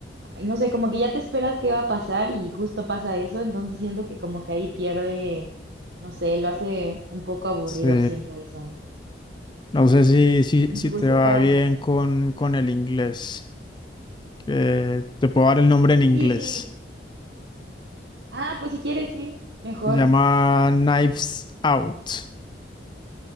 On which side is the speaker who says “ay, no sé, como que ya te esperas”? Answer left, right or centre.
Right